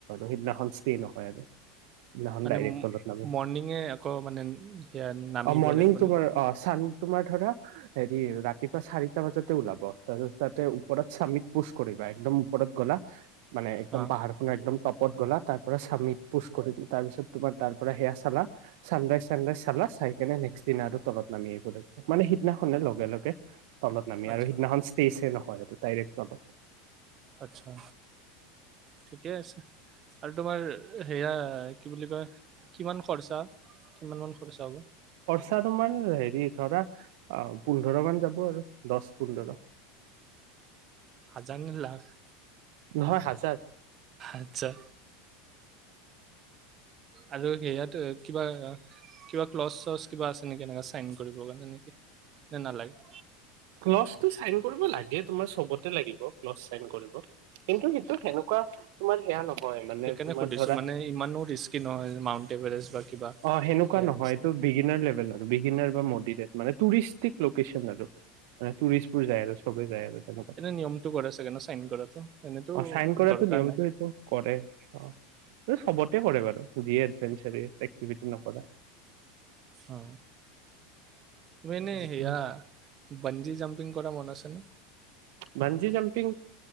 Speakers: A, on the right (about 55°); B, on the right (about 35°).
A: সেই দিনাখন স্টে নহয় আৰু। সিদিনাখন
B: মানে
A: ডাইৰেক্ট তলত নামি
B: মৰ্ণিঙে আকৌ মানে সেয়া নামিব
A: অ মৰ্ণিং
B: লাগিব
A: তোমাৰ
B: নেকি।
A: অ চান তোমাৰ ধৰা হেৰি ৰাতিপুৱা চাৰিটা বজাতে ওলাব তাৰপাছত। তাতে ওপৰত স্বামীত পোষ কৰিবা একদম ওপৰত গ'লা-। মানে একদম
B: অ
A: পাহাৰ খনৰ একদম টপত গ'লা। তাৰ পৰা চামীত পোচ কৰিলো তাৰপিছত তোমাৰ পৰা সেয়া চালা চানৰাইজ চানৰাইজ চালা চাই কিনে নেক্স দিনা আৰু তলত নামি আহিব লাগিব মানে সিদিনাখনে লগে লগে তলত নামি
B: আচ্ছা
A: আৰু সিদিনাখন নহয় এইটো ডাইৰেক্টত
B: আচ্ছা ঠিকে আছে, আৰু তোমাৰ সেয়া কি বুলি কয় কিমান খৰচা কিমান- সৰি চাব <unintelligible>
A: ত তোমাৰ হেৰি ধৰা পোন্ধৰ মান যাব আৰু দহ পোন্ধৰ
B: হাজাৰ নে লাখ
A: নহয় হাজাৰ।
B: আচ্ছা। আৰু সেয়াত কিবা কিবা ক্লজ চচ কিবা আছে নেকি এনে চাইন কৰিবে নেকি ন নালাগে?
A: ক্লছটো চাইন কৰিব লাগে তোমাৰ চবতে লাগিব ক্লছ চাইন কৰিব কিন্তু সটো সেনেকুৱা তোমাৰ সেয়া নকয় হয় মানে
B: সেইকাৰণে
A: তোমাৰ
B: সুধিছো
A: ধৰা,
B: মানে ইমানো ৰিস্কি নহয় মাউণ্ট এভাৰেষ্ট বা কিবা
A: অ হেনেকুৱা
B: সেয়াৰ
A: নহয়
B: নিচিনা
A: এইটো বিগিনৰ লেভেল ৰ লন আৰু টোৰিষ্টবোৰ যায় আৰুছে সবেই যায় আৰু তেনেকুৱা
B: এনে নিয়মটো কৰে চাগে ন চাইন কৰাতটো এনেতো
A: অ চাইন কৰাটো
B: দৰকাৰ
A: নিয়মটো
B: নাই,
A: সেইটো কৰে অ চবতে কৰে বাৰু যিয়ে এেঞ্চৰি আ এক্টি নকা
B: অ তুমি এনেই
A: সেইটো
B: সেয়া। বঞ্জি জাম্পিং কৰা মন আছে ন?
A: বান্জি জাম্পিং